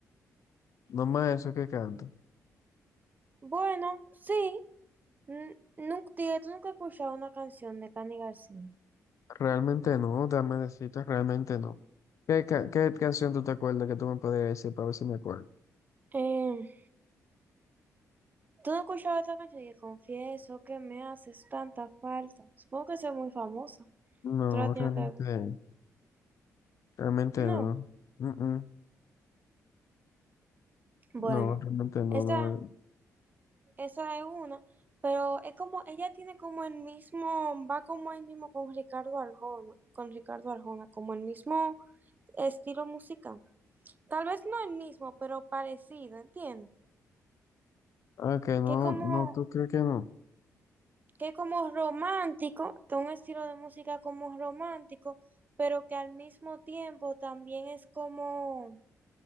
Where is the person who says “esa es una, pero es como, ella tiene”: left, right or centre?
Right